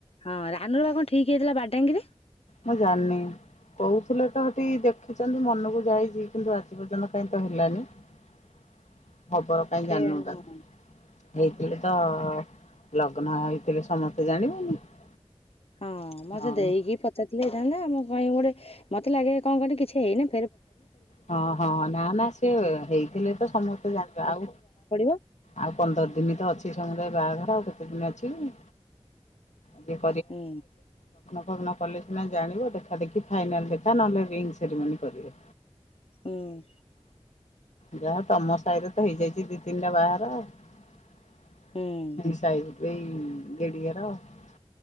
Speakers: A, on the left (about 60°); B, on the left (about 90°).
A: ହଁ, ରାନୁର ବା କ'ଣ ଠିକି ହେଇଥିଲା ବାଡ଼ାଙ୍ଗିରେ।
B: ମୁଁ, ଜା--ନି। କହୁଥୁଲେ ତ ହେଟି ଦେଖିଚନ୍ତି ମନକୁ ଯାଇଚି, କିନ୍ତୁ ଆଜି ପର୍ଯ୍ୟନ୍ତ କାଇଁ ତ ହେଲାନି। <inaudible>
A: କେଆଣି ହଁ
B: <inaudible> <inaudible>
A: ହଁ, ମ
B: ହଁ।
A: ସେ ଦେଇକି ପଚା ଥିଲେ ହେଇଥାନ୍ତା। ମୁଁ ଗୋଟେ, ମତେ ଲାଗେ କିଛି ହେଇନି
B: ହଁ ହଁ ନା ନା ସେ ହେଇଥିଲେ ତ ସମସ୍ତେ ଜାଣିବେ ଆଉ
A: <inaudible>
B: ଆଉ ପନ୍ଦର୍ ଦିନି ତ ଅଛି ସମୁଦାୟେ ବାହାଘର। ଆଉ କେତେ ଦିନି ଅଛି କି? <inaudible> ଲଗ୍ନ
A: ହୁଁ
B: ଫଗ୍ନ କଲେ ସିନା ଜାଣିବ, ଦେଖା ଦେଖି ଫାଇନାଲ୍ ଦେଖା ନହେଲେ ରିଙ୍ଗ୍ ସେରିମନି କରିବେ।
A: <inaudible>
B: ଯାହା ତମ ସାଇରେ ତ ହେଇ ଯାଇଚି ଦି, ତିନିଟା ବାହା--ର ଆଉ। <inaudible>
A: ହୁଁ।